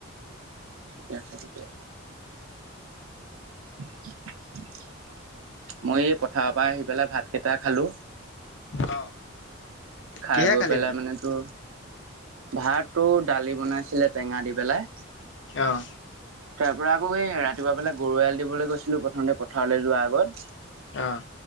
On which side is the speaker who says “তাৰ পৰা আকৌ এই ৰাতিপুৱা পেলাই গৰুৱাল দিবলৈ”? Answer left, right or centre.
Right